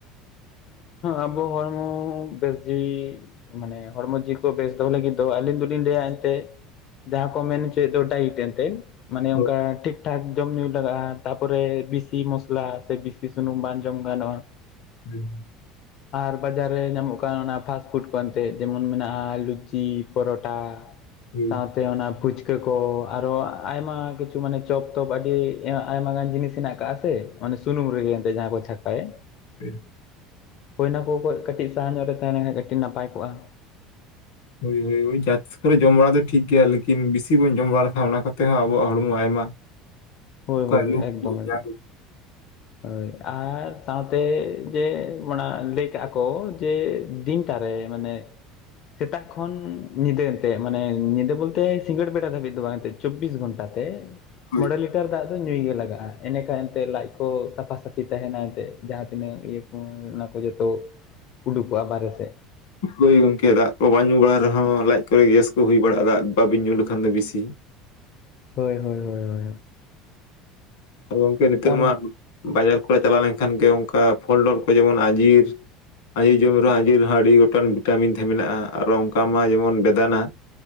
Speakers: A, on the left; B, on the left.
A: ᱟᱵᱚ ᱦᱚᱲᱢᱚ ᱵᱮᱥ ᱡᱤᱭᱤ ᱢᱟᱱᱮ ᱦᱚᱲᱢᱚ ᱡᱤᱣᱤ ᱠᱚ ᱵᱮᱥ ᱫᱚᱦᱚ ᱞᱟᱹᱜᱤᱫ ᱫᱚ ᱟᱹᱞᱤᱧ ᱫᱚᱞᱤᱧ ᱞᱮᱭᱟ ᱮᱱᱛᱮᱜ ᱡᱟᱦᱟᱸ ᱠᱚ ᱢᱮᱱ ᱦᱚᱪᱚᱭᱮᱫ ᱫᱚ ᱰᱟᱭᱤᱴ ᱮᱱᱛᱮᱫ ᱢᱟᱱᱮ
B: ᱦᱳᱭ
A: ᱚᱱᱠᱟ ᱴᱷᱤᱠ ᱴᱷᱟᱠ ᱡᱚᱢ ᱧᱩᱭ ᱞᱟᱜᱟᱜᱼᱟ ᱛᱟᱯᱚᱨᱮ ᱵᱮᱥᱤ ᱢᱚᱥᱞᱟ ᱥᱮ ᱵᱮᱥᱤ ᱥᱩᱱᱩᱢ ᱵᱟᱝ ᱡᱚᱢ ᱜᱟᱱᱚᱜᱼᱟ
B: ᱦᱮᱸ
A: ᱟᱨ ᱵᱟᱡᱟᱨ ᱨᱮ ᱧᱟᱢᱚᱜ ᱠᱟᱱ ᱚᱱᱟ ᱯᱷᱟᱥᱴᱯᱷᱩᱰ ᱠᱚ ᱮᱱᱛᱮᱫ ᱡᱮᱢᱚᱱ ᱢᱮᱱᱟᱜᱼᱟ ᱞᱩᱪᱤ ᱯᱚᱨᱚᱴᱟ
B: ᱦᱳᱭ
A: ᱥᱟᱶ ᱛᱮ ᱚᱱᱟ ᱯᱷᱩᱪᱠᱟᱹ ᱠᱚ ᱟᱨᱚ ᱟᱭᱢᱟ ᱠᱤᱪᱷᱩ ᱢᱟᱱᱮ ᱪᱚᱯ ᱛᱚᱯ ᱟᱹᱰᱤ ᱟᱭᱢᱟ ᱜᱟᱱ ᱡᱤᱱᱤᱥ ᱦᱮᱱᱟᱜ ᱠᱟᱜ ᱥᱮ ᱚᱱᱮ ᱥᱩᱱᱩᱢ ᱨᱮᱜᱮ ᱮᱱᱛᱮ ᱡᱟᱦᱟᱸ ᱠᱚ ᱪᱷᱟᱠᱟᱭᱟ
B: ᱵᱮᱫ
A: ᱦᱚᱭ ᱱᱟ ᱠᱚ ᱠᱷᱚᱡ ᱠᱟᱹᱴᱤᱡ ᱥᱟᱦᱟ ᱧᱚᱜ ᱨᱮ ᱛᱟᱦᱮᱸ ᱞᱮᱱ ᱠᱷᱟᱱ ᱠᱟᱹᱴᱤᱡ ᱱᱟᱯᱟᱭ ᱠᱚᱜᱼᱟ
B: ᱦᱳᱭ ᱦᱳᱭ ᱦᱳᱭ ᱡᱟᱡ ᱡᱚᱢ ᱵᱟᱲᱟ ᱫᱚ ᱴᱷᱤᱠ ᱜᱮᱭᱟ ᱞᱮᱠᱤᱱ ᱵᱮᱥᱤ ᱵᱚᱱ ᱡᱚᱢ ᱵᱟᱲᱟ ᱞᱮᱠᱷᱟᱱ ᱚᱱᱟ ᱠᱚᱛᱮ ᱦᱚᱸ ᱟᱵᱚᱣᱟᱜ ᱦᱚᱲᱢᱚ ᱟᱭᱢᱟ
A: ᱦᱳᱭ
B: ᱠᱟᱹᱭᱢᱚ
A: ᱦᱳᱭ ᱮᱠᱫᱚᱢ
B: ᱯᱩᱨᱡᱟ
A: ᱮᱠᱫᱚᱢ ᱦᱳᱭ ᱟᱨ ᱥᱟᱶᱛᱮ ᱡᱮ ᱢᱟᱲᱟᱝ ᱞᱟᱹᱭ ᱠᱟᱜ ᱠᱚ ᱡᱮ ᱫᱤᱱᱴᱟᱨᱮ ᱢᱟᱱᱮ ᱥᱮᱛᱟᱜ ᱠᱷᱚᱱ ᱧᱤᱫᱟᱹ ᱮᱱᱛᱮ ᱢᱟᱱᱮ ᱧᱤᱫᱟᱹ ᱵᱚᱞᱛᱮ ᱥᱤᱸᱜᱟᱹᱲ ᱵᱮᱲᱟ ᱫᱷᱟᱹᱵᱤᱡ ᱫᱚ ᱵᱟᱝ ᱮᱱᱛᱮ ᱪᱚᱵᱽᱵᱤᱥ ᱜᱷᱚᱱᱴᱟ ᱛᱮ
B: ᱦᱳᱭ
A: ᱢᱚᱬᱮ ᱞᱤᱴᱟᱨ ᱫᱟᱜ ᱫᱚ ᱧᱩᱭ ᱜᱮ ᱞᱟᱜᱟᱜᱼᱟ ᱮᱱᱮᱠᱷᱟᱱ ᱮᱱᱛᱮ ᱞᱟᱡ ᱠᱚ ᱥᱟᱯᱷᱟ ᱥᱟᱹᱯᱷᱤ ᱛᱟᱦᱮᱱᱟ ᱮᱱᱛᱮᱫ ᱡᱟᱦᱟᱸ ᱛᱤᱱᱟᱹᱜ ᱤᱭᱟᱹ ᱠᱚ ᱚᱱᱟ ᱠᱚ ᱡᱚᱛᱚ ᱩᱰᱩᱠᱼᱟ ᱵᱟᱦᱨᱮ ᱥᱮᱫ
B: ᱦᱩᱭ ᱜᱚᱝᱠᱮ ᱫᱟᱜ ᱠᱚ ᱵᱟᱝ ᱧᱩ ᱵᱟᱲᱟ ᱨᱮᱦᱚᱸ ᱞᱟᱡ ᱠᱚᱨᱮ ᱜᱮᱥ ᱠᱚ ᱦᱩᱭ ᱵᱟᱲᱟᱜᱼᱟ ᱫᱟᱜ ᱵᱟᱵᱤᱱ ᱧᱩ ᱞᱮᱠᱷᱟᱱ ᱫᱚ ᱵᱤᱥᱤ
A: ᱦᱳᱭ ᱦᱳᱭ ᱦᱳᱭ ᱦᱳᱭ
B: ᱟᱨ ᱜᱚᱝᱠᱮ ᱱᱤᱛᱚᱜ
A: ᱛᱟᱨ
B: ᱢᱟ ᱵᱟᱡᱟᱨ ᱠᱚᱨᱮ ᱪᱟᱞᱟᱣ ᱞᱮᱱᱠᱷᱟᱱ ᱜᱮ ᱚᱱᱠᱟ ᱯᱷᱚᱞᱰᱚᱞ ᱠᱚ ᱡᱮᱢᱚᱱ ᱟᱡᱤᱨ ᱟᱸᱡᱤᱨ ᱡᱚᱢ ᱨᱮᱦᱚᱸ ᱟᱸᱡᱤᱨ ᱨᱮᱦᱚᱸ ᱟᱹᱰᱤ ᱜᱚᱴᱟᱝ ᱵᱷᱤᱴᱟᱢᱤᱱ ᱛᱟᱦᱮᱸ ᱢᱮᱱᱟᱜᱼᱟ ᱟᱨᱚ ᱚᱱᱠᱟ ᱢᱟ ᱡᱮᱢᱚᱱ ᱵᱮᱫᱟᱱᱟ